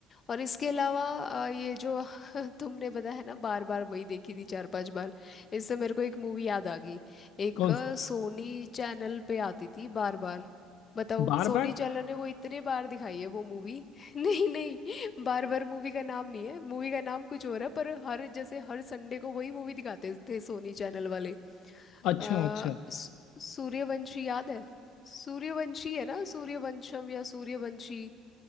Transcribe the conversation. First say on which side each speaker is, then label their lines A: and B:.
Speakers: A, on the left; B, on the left.
A: और इसके अलावा अ, ये जो <laughs> तुमने बताया ना बार बार वही देखी थी चार पांच बार इससे मेरे को एक मूवी याद आ गई एक
B: कौन
A: अ,
B: सी
A: सोनी चैनल पे आती थी बार बार बताओ
B: बार
A: सोनी
B: बार
A: चैनल ने वो इतने बार दिखाई है वो मूवी <laughs> नहीं नहीं बार बार मूवी का नाम नहीं है मूवी का नाम कुछ और है पर हर जैसे हर संडे को वही मूवी दिखाते थे सोनी चैनल वाले
B: अच्छा
A: अ,
B: अच्छा
A: सू- सूर्यवंशी याद है सूर्यवंशी है ना सूर्यवंशम या सूर्यवंशी